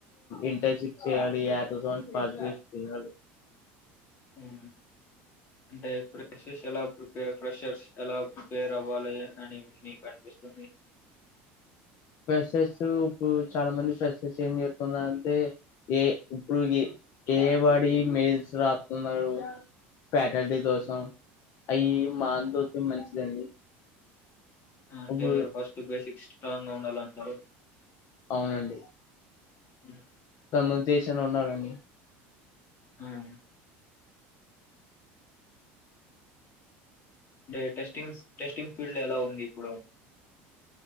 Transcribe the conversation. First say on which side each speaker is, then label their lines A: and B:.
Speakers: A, on the left (about 55°); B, on the left (about 40°).
A: ఇంటర్న్షిప్ చేరాలి నేర్చుకోవాలి చీరలు
B: అవునా అంటే ఫ్రెషస్ ఎలా ఫ్రెషర్స్ ఎలా ప్రిపేర్ అవ్వాలి అని మీకంటూ ఇస్తుంది
A: ఫ్రె ఫ్రెషర్స్స్ ఇప్పుడు చాలా మంది ఫ్రెషర్స్ ఏం చేస్తుంది అంటే ఏ ఇప్పుడు గేమ్ ఆడి మెయిల్స్ రాస్తున్నారు ఫ్యాకల్టీ కోసం అయి మాతో మంచిదండి
B: అంటే
A: ఇప్పుడు
B: మీరు ఫస్ట్ బేసిక్ స్ట్రా గా ఉండాలంటారు
A: అవునండి
B: ఉ హు
A: తమ దేశన్ ఉన్నారని
B: అవును అంటే టెస్టింగ్ టెస్టింగ్ ఫీల్డ్ ఎలా ఉంది ఇప్పుడు